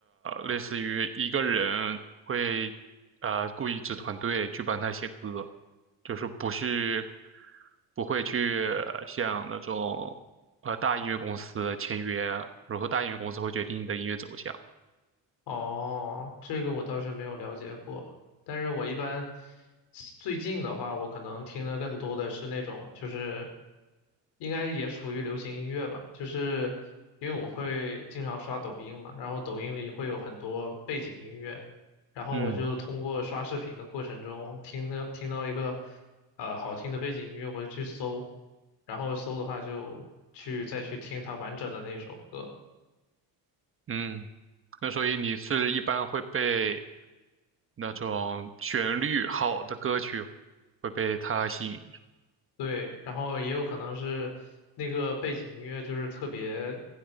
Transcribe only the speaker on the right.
类似于一个人会呃雇一支团队去帮他写歌，就是不是不会去像那种呃大音乐公司签约，然后大音乐公司会决定你的音乐走向。
嗯。
嗯，那所以你是一般会被那种旋律好的歌曲会被它吸引